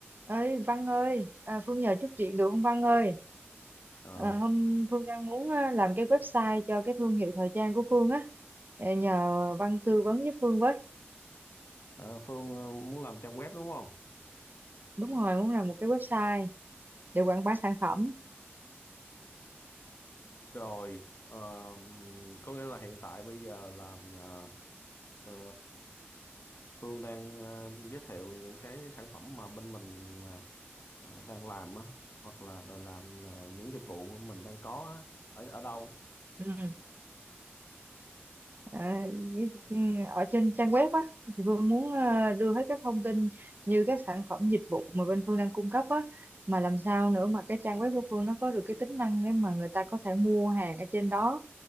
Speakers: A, on the right (about 45°); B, on the left (about 65°).
A: ơi Văn ơi à, Phương nhờ chút chuyện được không Văn ơi
B: Ờ,
A: à, hôm Phương đang muốn à, làm cái website cho cái thương hiệu thời trang của Phương á À, nhờ Văn tư vấn với Phương với
B: ờ, Phương ờ, muốn làm trang web đúng không?
A: đúng rồi muốn làm một cái website để quảng bá sản phẩm
B: Rồi ờ, có nghĩa là hiện tại bây giờ làm ờ, ờ, Phương đang ờ, giới thiệu những cái sản phẩm mà bên mình ờ, ờ, đang làm á hoặc là, là làm ờ, những dịch vụ mình đang có á, ở ở đâu?
A: ừ. à, cái- ừ, ở trên trang web á thì Phương muốn à, đưa hết các thông tin như các sản phẩm dịch vụ mà bên Phương đang cung cấp á mà làm sao nữa mà cái trang web của Phương nó có được cái tính năng để mà người ta có thể mua hàng ở trên đó